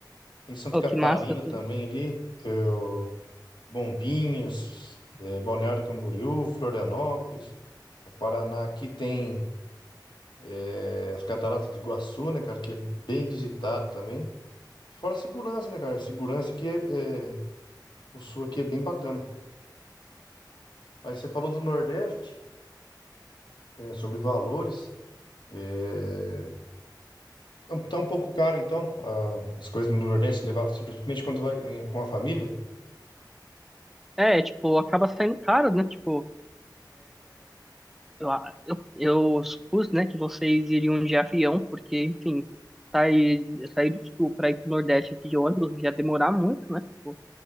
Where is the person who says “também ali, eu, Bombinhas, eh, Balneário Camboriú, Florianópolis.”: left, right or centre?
Left